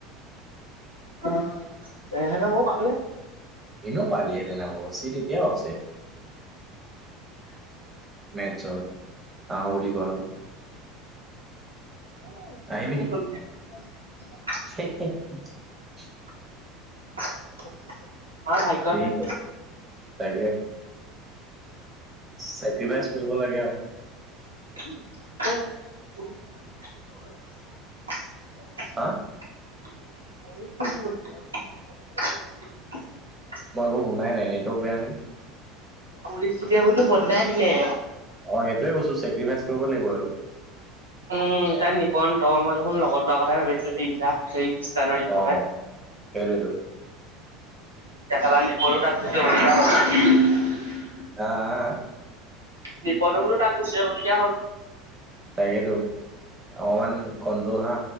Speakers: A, on the right; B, on the right.
A: অঁ তেনেহলে ময় পালো।
B: হনো পালিহতে ন হব চিত এতিয়াও আছে। <unintelligible> আহ বুলি কোৱা হল।
A: <unintelligible>
B: আহিবি নি <unintelligible>
A: <unintelligible>
B: এইত
A: নাই
B: তাইকে চেক্ৰিভাইচ কৰিব লাগে আৰু।
A: <unintelligible>
B: হা',
A: <unintelligible>
B: মই একো শুনাই নাই, নেটৱৰ্ক বেয়া নি।
A: পৰিস্থিতি আবোৰতো বদাই দিলে।
B: অ' সেইটোৱে কৈছো। চেক্ৰিফাইচ কৰিব লাগিব আৰু।
A: উম, তাত নিপন তই মই দেখোন লগৰ লোৱা কথাই ভাবিছো। তিনিটা স্থানৰ দিনৰ
B: অ',
A: পৰাই।
B: সেইটোৱেটো।
A: <unintelligible>
B: আহ, আহ, আহ?
A: নিপনো বুলো তাত গুচি যাব লগীয়া হ'ল।
B: তাকেইেতো, অকমান কন্ট্ৰল হা।